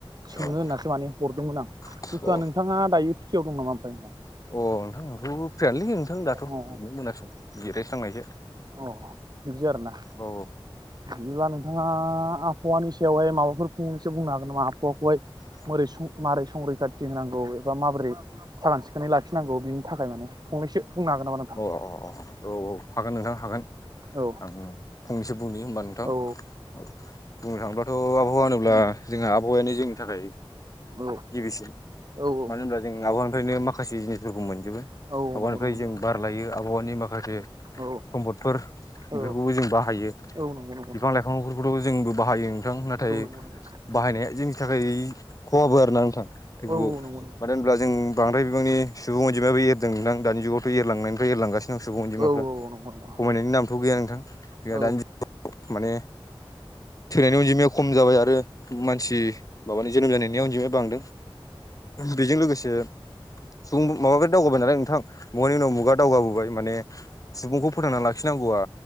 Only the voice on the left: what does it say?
औ
अ अ
अ नोंथांनाथ' फ्रिानोलैै नोंथां दाथ'
बिदिनो मोना सम जिरायस्लांनायसो
औ
<unintelligible>
औ औ औ औ हागोन नोंथां हागोन
आं फंनैसो बुंनि होमबा नोंथां
औ बुंनो थाङोब्लाथ' आ बहावा होनोब्ला जोंहा आबहावायानि जोंनि थाखाय
गिबिसिन
मानो होनब्ला जों आबहानिफ्रायनो माखासे जिनिसफोरखौ मोनजो बो
आबहावानिफ्राय
जों बार लायो आबहावानि माखासे
सम्पदफोर
बेफोरखौबो जों बाहायो
बिफां लाइफांफोरखौथ' जोंबो बाहायो नोंथां नाथाय
बाहायनाया जोंनि थाखाय खहाबो आरोना नोंथां बेफोरखौ
मानो होनब्ला जों बांद्राय बिबांनि सुबुं अनजिमाबो एरदोंदां दानि जुगावथ' एरलांनायनिफ्राय एरलांगासिनो सिगां अनजिमाफ्रा
खमायनायनि नामथ' गैया नोंथां जोंहा
दानि माने थैनायनि अनजिमाया खम जाबाय आरो आरो मानसि माबानि जोनोम जानायनि अनजिमाया बांदों बेजों लोगोसे सुंबुं माबाफोर दावगाबाय नालाय नोंथां मुगानि उनाव मुगा दावगाबोबाय माने सुबुंखौ फोथांना लाखिनांगौआ